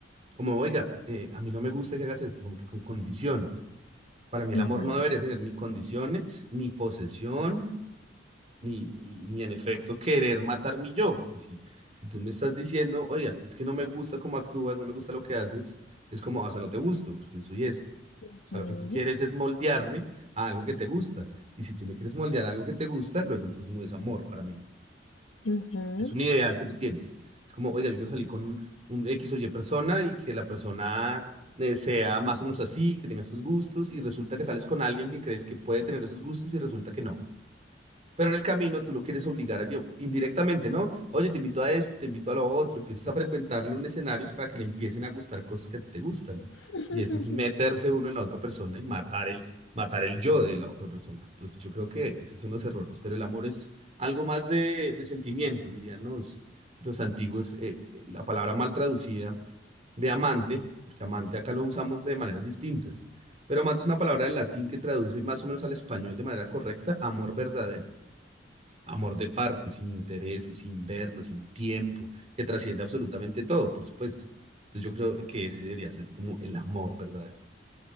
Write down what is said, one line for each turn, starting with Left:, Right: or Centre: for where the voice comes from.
Right: Como, oiga, eh, a mí no me gusta que hagas esto, como que con condiciones para mí el
Left: ujú,
Right: amor no debería tener ni condiciones, ni posesión, ni, y- ni en efecto querer matar mi yo, porque si, si tú me estás diciendo, oiga, es que no me gusta cómo actúas, no me gusta lo que haces, es como, "Ah, o sea, no te gusto, porque yo soy esto. O
Left: ujú,
Right: sea, lo que tú quieres es moldearme a algo que te gusta. Y si tú me quieres moldear a algo que te gusta, luego entonces no es amor para mí
Left: ujú.
Right: es un ideal que tú tienes. Es como, oiga, yo quiero salir con un X o Y persona y que la persona eh, sea más o menos así, que tenga sus gustos y resulta que sales con alguien que crees que puede tener esos gustos y resulta que no. Pero en el camino tú lo quieres obligar a llevar indirectamente, ¿no? Oye, te invito a esto, te invito a lo otro, empiezas a frecuentarle un escenario para que le empiecen a gustar cosas que a ti te gustan.
Left: <laughs>
Right: Y eso es meterse uno en la otra persona y matar el, matar el yo de la otra persona. Entonces yo creo que esos son los errores, pero el amor es algo más de, de sentimiento, dirían los, los antiguos, eh, eh, la palabra mal traducida de amante, porque amante acá lo usamos de maneras distintas, pero amante es una palabra del latín que traduce más o menos al español de manera correcta, amor verdadero. Amor de parte, sin intereses, sin vernos, sin tiempo, que trasciende absolutamente todo, por supuesto. Entonces yo creo que ese debería ser como el amor verdadero.